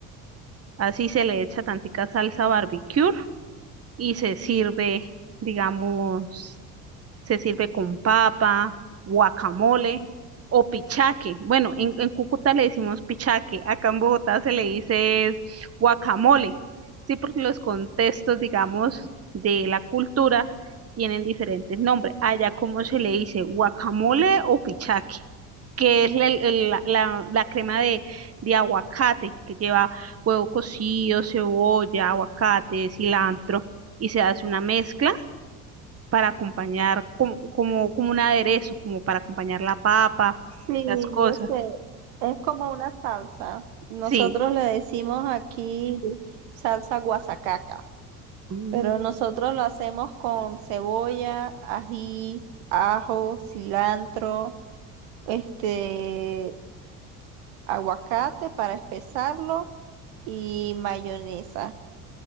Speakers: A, on the right; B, on the right.
A: Así se le echa tantica salsa barbecue y se sirve, digamos, se sirve con papa, guacamole o pichaque. Bueno, en, en Cúcuta le decimos pichaque, acá en Bogotá se le dice guacamole, sí, porque los contextos, digamos, de la cultura tienen diferentes nombres. Allá, ¿cómo se le dice? ¿Guacamole o pichaque? que es la, el- la- la- la crema de, de aguacate, que lleva huevo cocido, cebolla, aguacate, cilantro, y se hace una mezcla para acompañar como, como, como un aderezo, como para acompañar la papa,
B: Sí,
A: las cosas.
B: yo sé. Es como una salsa. Nosotros
A: Sí.
B: le decimos aquí salsa guasacaca.
A: Mm,
B: Pero nosotros lo hacemos con cebolla, ají, ajo, cilantro, este, aguacate para espesarlo y mayonesa.